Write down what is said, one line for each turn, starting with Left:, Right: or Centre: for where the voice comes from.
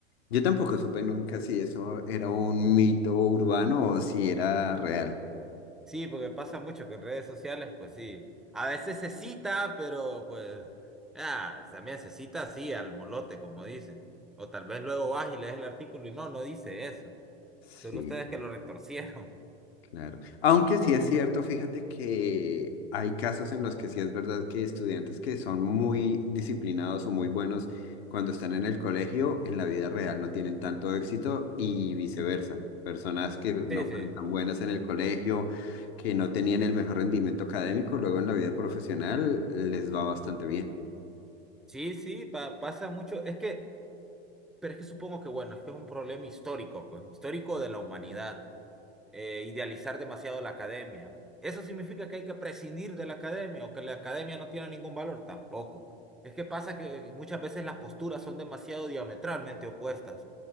Left: Yo tampoco supe nunca si eso era un mito urbano o si era real.
Centre: Sí, porque pasa mucho que en redes sociales, pues sí. A veces se cita, pero pues, ah, también se cita así, al molote, como dicen. O tal vez luego vas y lees el artículo y no, no dice eso. Solo
Left: Sí,
Centre: ustedes que lo retorcieron. <laughs>
Left: claro. Aunque sí es cierto, fíjate que hay casos en los que sí es verdad que estudiantes que son muy disciplinados o muy buenos cuando están en el colegio, en la vida real no tienen tanto éxito y viceversa. Personas que no
Centre: Sí,
Left: fueron
Centre: sí.
Left: tan buenas en el colegio, que no tenían el mejor rendimiento académico, luego en la vida profesional les va bastante bien.
Centre: Sí, sí, pa- pasa mucho. Es que, pero es que supongo que, bueno, es que es un problema histórico, pues, histórico de la humanidad. eh, idealizar demasiado la academia. ¿Eso significa que hay que prescindir de la academia o que la academia no tiene ningún valor? Tampoco. Es que pasa que muchas veces las posturas son demasiado diametralmente opuestas